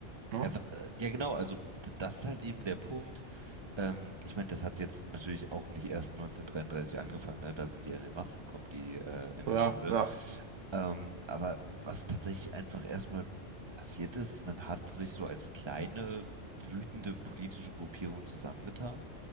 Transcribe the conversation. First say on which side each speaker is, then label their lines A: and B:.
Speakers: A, on the right; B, on the right.
A: Ne?
B: Ja, w- äh, ja genau, also d- das ist halt eben der Punkt. Ähm, ich meine, das hat jetzt natürlich auch nicht erst 1933 angefangen, ne? Da sind die an die Macht gekommen, die äh, NS-Leute.
A: Ja, ja,
B: Ähm, aber was tatsächlich einfach erstmal passiert ist, man hat sich so als kleine, wütende politische Gruppierung zusammengetan.